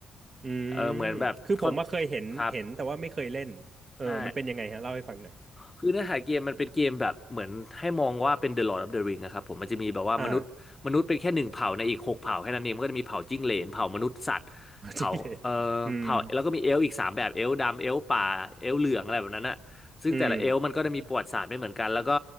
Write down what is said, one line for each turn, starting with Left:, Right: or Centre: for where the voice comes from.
Right: อืม
Left: เออเหมือนแบบค่อน
Right: คือผมมาเคยเห็นเห็นแต่ว่าไม่เคยเล่นเออมันเป็นยังไงฮะเล่าให้ฟังหน่อย
Left: ครับใช่คือเนื้อหาเกมมันเป็นเกมแบบเหมือนให้มองว่าเป็น The Lord of the Ring นะครับผมมันจะมีแบบว่ามนุษย์มนุษย์เป็นแค่หนึ่งเผ่าในอีกหกเผ่าแค่นั้นเองมันก็จะมีเผ่าจิ้งเหลนเผ่ามนุษย์สัตว์เผ่าเอ่อเผ่าแล้วก็มีเอลฟ์อีกสามแบบเอลฟ์ดำเอลฟ์ป่าเอลฟ์เหลืองอะไรแบบนั้นอะ
Right: อ่า <laughs> จริ้งเหลนอืม
Left: ซึ่งแต่ละเอลฟ์มันก็จะมีประวัติศาสตร์ไม่เหมือนกันแล้วก็
Right: อืม